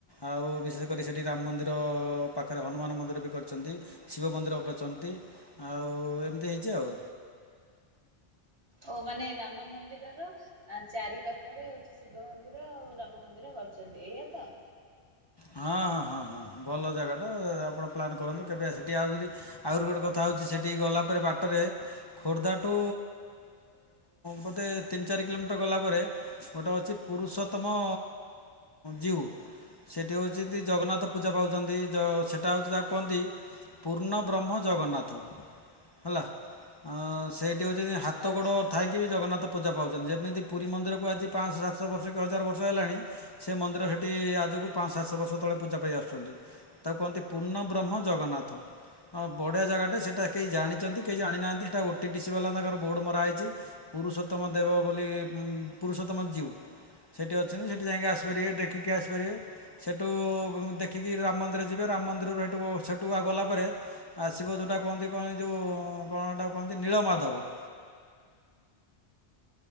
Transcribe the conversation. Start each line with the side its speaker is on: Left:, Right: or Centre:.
Left: ଆଉ ବିଶେଷ କରି ସେଠି ରାମ ମନ୍ଦିର ପାଖରେ ହନୁମାନ ମନ୍ଦିର ବି କରିଛନ୍ତି। ଶିବ ମନ୍ଦିର କରିଛନ୍ତି। ଆଉ ଏମିତି ହେଇଛି ଆଉ।
Right: ଓ ମାନେ ରାମ ମନ୍ଦିରର ଆ ଚାରି ପାଖରେ ହଉଛି ଶିବ ମନ୍ଦିର, ଆଉ ରାମ ମନ୍ଦିର କରିଛନ୍ତି। ଏଇଆ ତ?
Left: ହଁ, ହଁ, ହଁ, ହଁ। ଭଲ ଜାଗାଟା। ଆପଣ ପ୍ଲାନ୍ କରନ୍ତୁ କେବେ ସେଠି <inaudible> ଆହୁରି ଗୋଟେ କଥା ହଉଛି ସେଠିକି ଗଲା ପରେ ବାଟରେ ଖୋର୍ଦ୍ଧାଠୁ ବୋଧେ ତିନି ଚାରି କିଲୋମିଟର ଗଲାପରେ ଗୋଟେ ଅଛି ପୁରୁଷୋତ୍ତମ ଜୀଉ। ସେଇଠି ହେଉଛନ୍ତି ଜଗନ୍ନାଥ ପୂଜା ପାଉଛନ୍ତି ଜ ସେଇଟା ହେଉଛି ତାକୁ କୁହନ୍ତି ପୂର୍ଣ୍ଣବ୍ରହ୍ମ ଜଗନ୍ନାଥ ହେଲା। ଅଁ ସେଇଠି ହଉଛନ୍ତି ହାତ
Right: ଆଚ୍ଛା।
Left: ଗୋଡ଼ ଥାଇକି ବି ଜଗନାଥ ପୂଜା ପାଉଛନ୍ତି ଯେମିତି ପୁରୀ ମନ୍ଦିରକୁ ଆଜି ପାଞ୍ଚଶହ ସାତଶହ ବର୍ଷ କି ହଜାର ବର୍ଷ ହେଲାଣି ସେ ମନ୍ଦିର ହେଠି ଆଜକୁ ପାଞ୍ଚ ସାତଶହ ବର୍ଷ ତଳେ ପୂଜା ପାଇ ଆସୁଛନ୍ତି ତାକୁ କୁହନ୍ତି ପୂର୍ଣ୍ଣବ୍ରହ୍ମ ଜଗନ୍ନାଥ। ହଁ ବଢ଼ିଆ ଜାଗାଟା ସେଟା କେହି ଜାଣିଛନ୍ତି କେହି ଜାଣିନାହାନ୍ତି ହେଟା ଓଟି ଟି ସି ବାଲା ତାଙ୍କର ବୋର୍ଡ଼ ମରାହଇଛି। ପୁରୁଷୋତମ ଦେବ ବୋଲି ପୁରୁଷୋତ୍ତମ ଜୀଉ ସେଇଠି ଅଛନ୍ତି ସେଠି ଯାଇକି ଆସିପାରିବେ ଦେଖିକି ଆସିପାରିବେ। ସେଠୁ ଦେଖିକି ରାମ ମନ୍ଦିର ଯିବେ ରାମ ମନ୍ଦିରରୁ ସହେଠୁ ସେଠୁ ଗଲାପରେ ଆସିବ ଯଉଟା କୁହନ୍ତି କଣ ଯେଉଁ କଣହେଟା କୁହନ୍ତି ନୀଳମାଧବ।